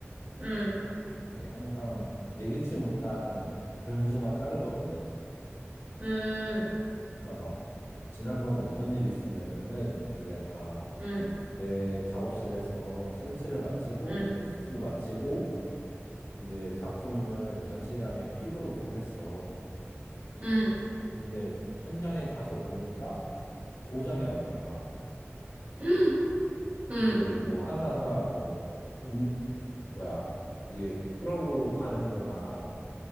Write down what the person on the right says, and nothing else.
응,
응,
응,
응,
응,
응, 응,